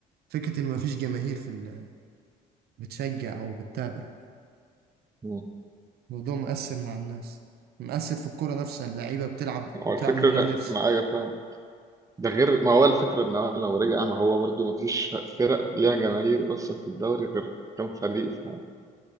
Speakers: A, on the right; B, on the right.
A: فكرة إن مفيش جماهير في ال... بتشجع او بتتابع
B: مم.
A: الموضوع مؤثر مع الناس مؤثر في الكرة نفسها اللعيبة بتلعب
B: وعلى
A: بتلعب
B: فكرة
A: من غير نفس
B: معايا فاهم ده غير ما هو الفكرة ان هو لو رجع ما هو برضو ما فيش فرق ليها جماهير اصلا في الدوري غير كام فريق فاهم